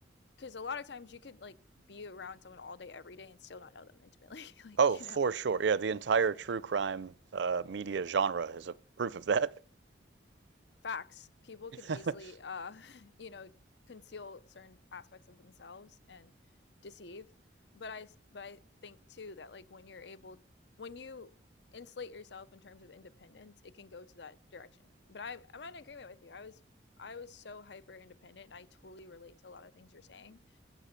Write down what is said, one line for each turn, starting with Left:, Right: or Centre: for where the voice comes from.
Left: because a lot of times you could like be around someone all day every day and still not know them intimately. <laughs> like
Right: Oh, for
Left: you know,
Right: sure. Yeah, the entire true crime uh, media genre is a proof of that.
Left: facts people
Right: <laughs>
Left: can easily uh <laughs> you know conceal certain aspects of themselves and deceive but I, but i think too that like when you're able when you insulate yourself in terms of independence it can go to that direction but i i'm in agreement with you i was i was so hyper independent and i totally relate to a lot of things you're saying